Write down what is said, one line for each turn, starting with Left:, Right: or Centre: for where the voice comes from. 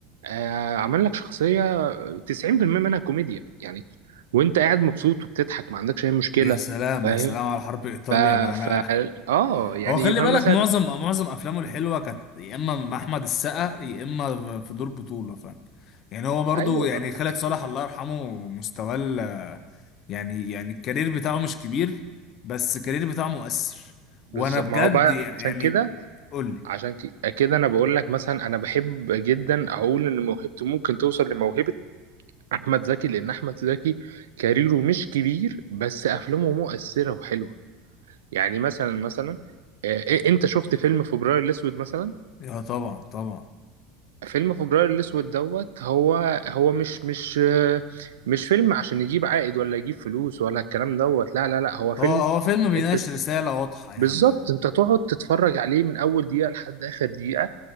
Right: آه عمل لك شخصية 90% منها كوميديا يعني وانت قاعد مبسوط وبتضحك ما عندكش اي مشكلة
Left: يا سلام
Right: فاهم
Left: يا سلام على حرب ايطاليا
Right: ف
Left: انا انا
Right: ف اه يعني
Left: هو خلي
Right: فاهم
Left: بالك
Right: مثلا
Left: معظم معظم افلامه الحلوه كانت يا اما مع احمد السقا يا اما في دور بطوله فاهم يعني هو برضو
Right: ايوه
Left: يعني خالد
Right: ده حقيقي
Left: صالح الله يرحمه مستواه ال- يعني يعني الكارير بتاعه مش كبير بس الكارير بتاعه مؤثر
Right: بالظبط
Left: وانا بجد
Right: ما هو بقى
Left: يعني
Right: عشان كده
Left: قول لي
Right: عشان ك- كده انا بقول لك مثلا انا بحب جدا اقول ان موهبته ممكن توصل لموهبه احمد زكي لان احمد زكي كاريره مش كبير بس افلامه مؤثره وحلوه يعني مثلا مثلا آه، إيه- انت شفت فيلم فبراير الاسود مثلا
Left: يا طبعا طبعا
Right: فيلم فبراير الاسود دوت هو هو مش مش آه، مش فيلم عشان يجيب عائد ولا يجيب فلوس ولا الكلام دوت لا لا لا هو فيلم
Left: هو هو فيلم بيناقش
Right: انت
Left: رساله واضحه يعني
Right: بالظبط انت تقعد تتفرج عليه من اول دقيقه لحد اخر دقيقه